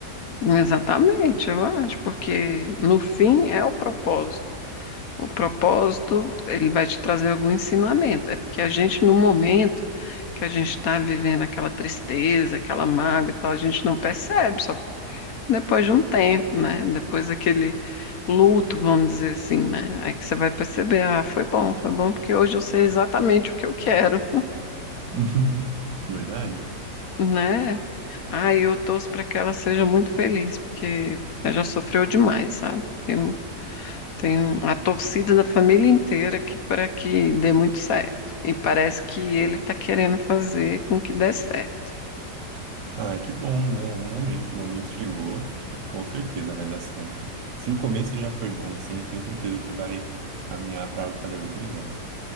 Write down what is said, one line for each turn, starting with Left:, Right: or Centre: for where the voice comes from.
Left: É, exatamente, eu acho, porque no fim é o propósito. O propósito, ele vai te trazer algum ensinamento. É porque a gente, no momento que a gente está vivendo aquela tristeza, aquela mágoa e tal, a gente não percebe, Depois de um tempo, né? Depois daquele luto, vamos dizer assim, né? Aí que você vai perceber, ah, foi bom, foi bom, porque hoje eu sei exatamente o que eu quero,
Right: <laughs> Verdade?
Left: né? Ah, e eu torço para que ela seja muito feliz, porque ela já sofreu demais, sabe? Tem um, tem um- a torcida da família inteira que para que dê muito certo. E parece que ele está querendo fazer com que dê certo.
Right: Ah, que bom, né? O momento, o momento chegou e com certeza vai dar certo. Se o começo já foi bom assim, eu tenho certeza que vai caminhar para algo cada vez melhor.